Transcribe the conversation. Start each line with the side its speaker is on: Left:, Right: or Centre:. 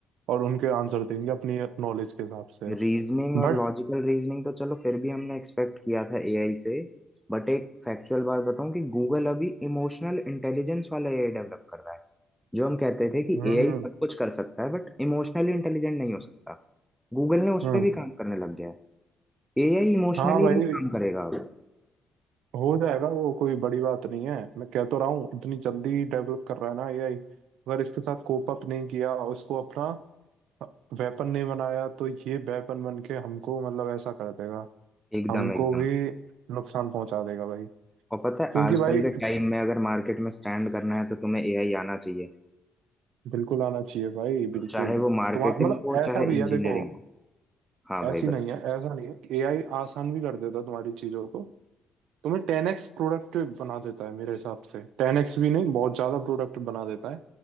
Right: और उनके आंसर देंगे अपनी नॉलेज के हिसाब से
Centre: रीजनिंग और
Right: बट
Centre: लॉजिकल रीजनिंग तो चलो फिर भी हमने एक्सपेक्ट किया था एआई से बट एक फैक्चुअल बात बताऊं कि गूगल अभी इमोशनल इंटेलिजेंस वाला एआई डेवलप कर रहा है जो हम कहते थे कि
Right: हम्म
Centre: एआई सब कुछ कर सकता है बट इमोशनली इंटेलिजेंट नहीं हो सकता गूगल ने उस
Right: हम्म
Centre: पर भी काम करने लग गया है एआई इमोशनली
Right: हाँ भाई
Centre: भी काम करेगा
Right: हो जाएगा वो कोई बड़ी बात नहीं है मैं कह तो रहा हूँ इतनी जल्दी डेवलप कर रहा है ना एआई अगर इसके साथ कोप अप नहीं किया और इसको अपना वेपन नहीं बनाया तो ये वेपन बन के हमको मतलब ऐसा कर देगा
Centre: एकदम
Right: हमको
Centre: एकदम
Right: भी नुकसान पहुंचा देगा भाई
Centre: और पता है
Right: क्योंकि
Centre: आजकल
Right: भाई
Centre: के टाइम में अगर मार्केट में स्टैंड करना है तो तुम्हें एआई आना चाहिए
Right: बिल्कुल आना चाहिए भाई बिल्कुल
Centre: चाहे वो मार्केटिंग
Right: तुम्हारा मतलब
Centre: हो
Right: ऐसा
Centre: चाहे
Right: भी
Centre: इंजीनियरिंग
Right: है देखो
Centre: हो हाँ
Right: ऐसी
Centre: भाई
Right: नहीं
Centre: बताओ
Right: है ऐसा नहीं है कि एआई आसान भी कर देता है तुम्हारी चीजों को तुम्हें टेन एक्स प्रोडक्टिव बना देता है मेरे हिसाब से टेन एक्स भी नहीं बहुत ज्यादा प्रोडक्टिव बना देता है